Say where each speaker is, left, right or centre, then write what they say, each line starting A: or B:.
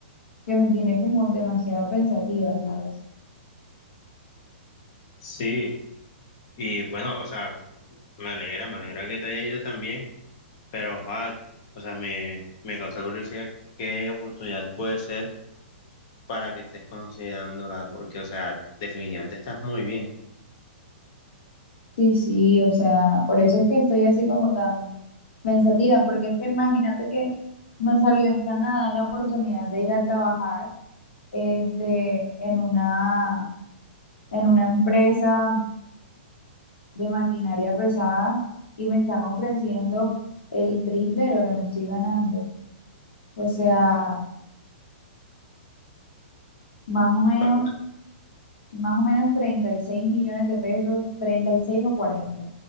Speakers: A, on the left (about 80°); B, on the left (about 25°).
A: que me tiene como demasiado pensativa, ¿sabes?
B: Sí, y bueno, o sea, me alegra, me alegra que te haya ido también, pero, ojalá, o sea, me, me causa curiosidad qué oportunidad puede ser para que estés considerando, ¿verdad? Porque, o sea, definitivamente estás muy bien.
A: Sí, sí, o sea, por eso es que estoy así como tan pensativa, porque es que imagínate que me salió en Canadá la oportunidad de ir a trabajar este, en una, en una empresa de maquinaria pesada y me están ofreciendo el triple de lo que me estoy ganando. O sea, más o menos,
B: O sea,
A: más o menos 36 millones de pesos, 36 o 40